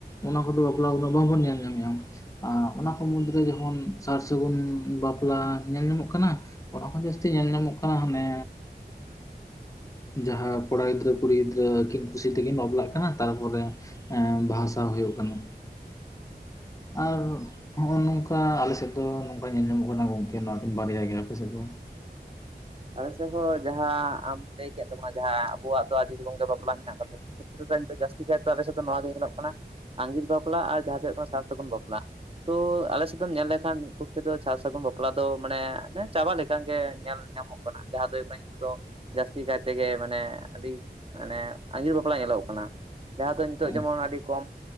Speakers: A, on the left; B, on the right.
A: ᱚᱱᱟ ᱠᱚᱫᱚ ᱵᱟᱯᱞᱟ ᱠᱚ ᱵᱟᱸᱵᱚᱱ ᱧᱮᱞ ᱧᱟᱢᱮᱫᱼᱟ ᱟᱨ ᱚᱱᱟ ᱠᱚ ᱢᱩᱫᱽ ᱨᱮ ᱡᱮᱢᱚᱱ ᱥᱟᱨ ᱥᱟᱹᱜᱩᱱ ᱵᱟᱯᱞᱟ ᱧᱮᱞ ᱧᱟᱢᱚᱜ ᱠᱟᱱᱟ ᱚᱱᱟ ᱠᱷᱚᱱ ᱡᱟᱹᱥᱛᱤ ᱧᱮᱞ ᱧᱟᱢᱚᱜ ᱠᱟᱱᱟ ᱦᱟᱱᱮ ᱡᱟᱦᱟᱸ ᱠᱚᱲᱟ ᱜᱤᱫᱽᱨᱟᱹ ᱠᱩᱲᱤ ᱜᱤᱫᱽᱨᱟᱹ ᱟᱹᱠᱤᱱ ᱠᱩᱥᱤ ᱛᱮᱠᱤᱱ ᱵᱟᱯᱞᱟᱜ ᱠᱟᱱᱟ᱾ ᱛᱟᱨᱯᱚᱨᱮ ᱮᱸ ᱵᱟᱦᱟ ᱥᱟᱣ ᱦᱩᱭᱩᱜ ᱠᱟᱱᱟ᱾ ᱟᱨ ᱱᱚᱜᱼᱚᱭ ᱱᱚᱝᱠᱟ ᱟᱞᱮ ᱥᱮᱫ ᱫᱚ ᱱᱚᱝᱠᱟ ᱧᱮᱞ ᱧᱟᱢᱚᱜ ᱠᱟᱱᱟ ᱜᱚᱝᱠᱮ ᱱᱚᱣᱟ ᱠᱤᱱ ᱵᱟᱨᱭᱟ ᱜᱮ ᱟᱯᱮ ᱥᱮᱫ ᱫᱚ
B: ᱟᱞᱮ ᱥᱮ ᱦᱚᱸ ᱡᱟᱦᱟᱸ ᱟᱢ ᱞᱟᱹᱭ ᱠᱮᱫ ᱛᱟᱵᱚᱱᱟ ᱡᱟᱦᱟᱸ ᱟᱵᱚᱣᱟᱜ ᱫᱚ ᱟᱹᱰᱤ ᱨᱚᱠᱚᱢ ᱜᱮ ᱵᱟᱯᱞᱟ ᱢᱮᱱᱟᱜ ᱛᱟᱵᱚᱱᱟ ᱫᱚ ᱡᱟᱹᱥᱛᱤ ᱠᱟᱭᱛᱮ ᱟᱞᱮ ᱥᱮᱫ ᱫᱚ ᱡᱟᱥᱛᱤ ᱠᱟᱭᱛᱮ ᱱᱚᱣᱟ ᱜᱮ ᱧᱮᱞᱚᱜ ᱠᱟᱱᱟ ᱟᱸᱜᱤᱨ ᱵᱟᱯᱞᱟ ᱟᱨ ᱡᱟᱦᱟᱸ ᱫᱚ ᱦᱩᱭᱩᱜ ᱠᱟᱱᱟ ᱥᱟᱨ ᱥᱟᱹᱜᱩᱱ ᱵᱟᱯᱞᱟ ᱛᱚ ᱟᱞᱮ ᱥᱮᱫ ᱫᱚᱢ ᱧᱮᱞ ᱞᱮᱠᱷᱟᱱ ᱢᱤᱫ ᱯᱚᱠᱠᱷᱮ ᱫᱚ ᱥᱟᱨ ᱥᱟᱹᱜᱩᱱ ᱵᱟᱯᱞᱟ ᱫᱚ ᱢᱟᱱᱮ ᱪᱟᱵᱟ ᱞᱮᱠᱟ ᱜᱮ ᱧᱮᱞ ᱧᱟᱢᱚᱜᱼᱟ᱾ ᱡᱟᱦᱟᱸ ᱫᱚ ᱦᱩᱭᱩᱜ ᱠᱟᱱᱟ ᱱᱤᱛᱚᱜ ᱫᱚ ᱡᱟᱹᱥᱛᱤ ᱠᱟᱭ ᱛᱮᱜᱮ ᱢᱟᱱᱮ ᱟᱹᱰᱤ ᱢᱟᱱᱮ ᱟᱸᱜᱤᱨ ᱵᱟᱯᱞᱟ ᱧᱮᱞᱚᱜ ᱠᱟᱱᱟ ᱡᱟᱦᱟᱸ ᱫᱚ ᱱᱤᱛᱚᱜ
A: ᱦᱮᱸ
B: ᱡᱮᱢᱚᱱ ᱟᱹᱰᱤ ᱠᱚᱢ